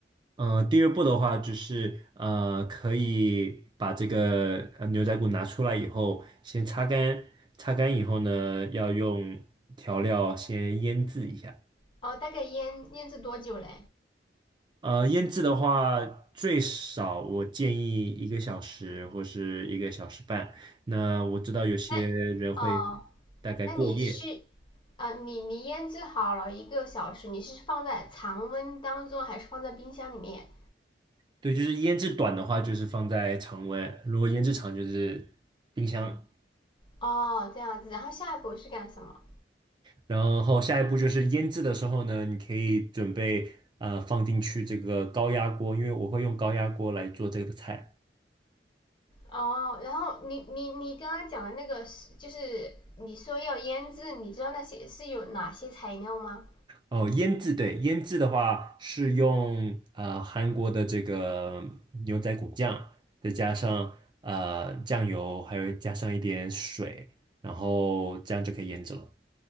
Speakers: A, on the right; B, on the left.
A: 嗯、呃第二步的话就是呃，可以把这个呃牛仔骨拿出来以后，先擦干，擦干以后呢，要用调料先腌制一下。
B: 哦，大概腌腌制多久嘞？
A: 呃，腌制的话，最少我建议一个小时或是一个小时半。那我知道有些人会
B: 那哦，
A: 大概过夜，
B: 那你是啊、呃你你腌制好了一个小时，你是放在常温当中还是放在冰箱里面？
A: 对，就是腌制短的话，就是放在常温；如果腌制长，就是冰箱
B: 哦，这样子，然后下一步是干什么？
A: 然后下一步就是腌制的时候呢，你可以准备呃放进去这个高压锅，因为我会用高压锅来做这个菜。
B: 哦，然后你你你刚刚讲的那个是就是你说要腌制，你知道那些是有哪些材料吗？
A: 哦，腌制对，腌制的话是用呃韩国的这个牛仔骨酱，再加上呃酱油，还有加上一点水，然后这样就可以腌制了。